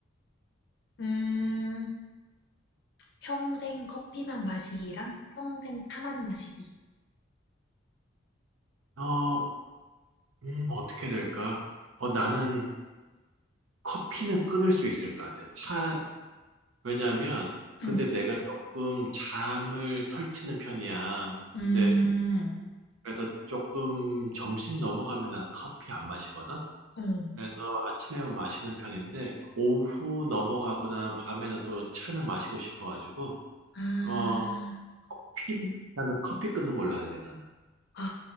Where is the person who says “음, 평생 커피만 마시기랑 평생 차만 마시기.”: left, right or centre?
Left